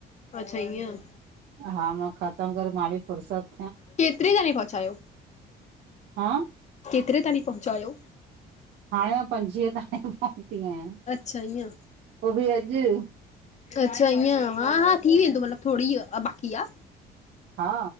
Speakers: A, on the left; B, on the right.
A: अच्छा, ईअं!
B: हा, मां ख़तम करे मां बि फुरसत
A: केतिरी ॼणे पहुचायो?
B: हा!
A: केतिरे ताईं पहुचा आयो?
B: हाणे मां पंजुवीह ताईं पहुती आहियां।
A: अच्छा, इअं।
B: उओ बि अॼु।
A: अच्छा ईअं! हा- हा थी वेंदो मतलब थोङी बाकी आ।
B: हा